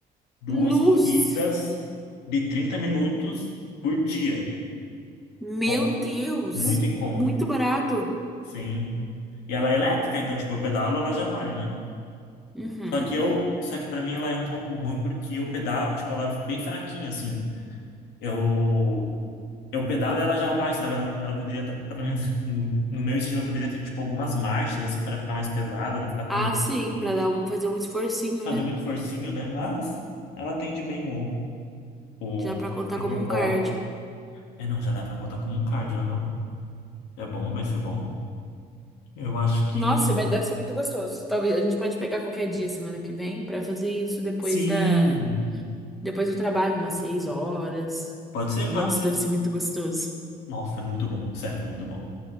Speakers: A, on the left; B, in the centre.
A: duas
B: Nossa,
A: corridas de 30 minutos por dia.
B: meu
A: Nossa,
B: Deus,
A: Muito em conta.
B: muito barato.
A: Sim. E ela é elétrica, então, tipo, eu pedalo, ela já vai, né?
B: Uhum.
A: Só que eu, só que para mim ela é um pouco ruim porque eu pedalo, tipo, ela é bem fraquinha, assim. Eu, eu pedalo e ela já vai, sabe? Ela, ela poderia, tá- pra mim, no, no meu estilo, eu poderia ter, tipo, algumas marchas, assim, para ficar mais pesada, não ficar tão,
B: Ah, sim, pra dar um, fazer um esforcinho,
A: fazer
B: né?
A: muito forcinho, né? Mas ela atende bem o, o,
B: Já pra contar
A: a
B: como
A: propósito.
B: um cardio.
A: É, não, já dá pra contar como um cardio, aham. É bom, vai ser bom. Eu acho que,
B: Nossa, mas deve ser muito gostoso. Talvez a gente pode pegar qualquer dia semana que vem pra fazer isso depois
A: sim,
B: da Depois eu trabalho umas seis horas.
A: pode ser,
B: Nossa,
A: pode ser.
B: deve ser muito gostoso.
A: Nossa, é muito bom, sério, muito bom.